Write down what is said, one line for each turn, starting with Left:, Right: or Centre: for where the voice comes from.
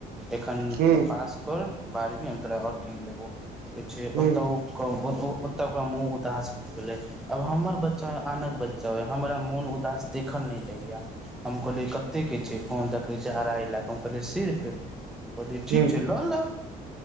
Centre: एखन
Right: ह ह
Centre: पास कर बारबी हम तोरा और कीन देबौ कहै छै
Right: ह
Centre: ओत <unintelligible> ओत ओक मँह उदास भऽ गेलै आब हमर बच्चा आनर बच्चा हमरा मोन उदास देखल न जाइय हम कहलिय कते केँ छै फोन दै कहै छै अड़हाइ लाख हम कहलियै सिर्फ हम कहलिये ठीक
Right: ह ह
Centre: छै लऽ ले